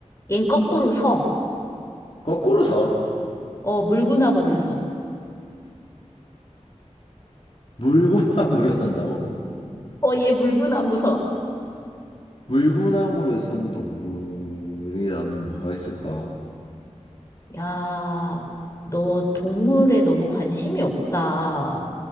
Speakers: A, on the left (about 25°); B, on the left (about 50°).
A: 얜 거꾸로 서.
B: 거꾸로 서.
A: 어, 물구나무를 서.
B: 물구나무를 산다고?
A: 어, 얘 물구나무 서.
B: 물구나무를 사는 동물이라면 뭐가 있을까?
A: 야, 너 동물에 너무 관심이 없다.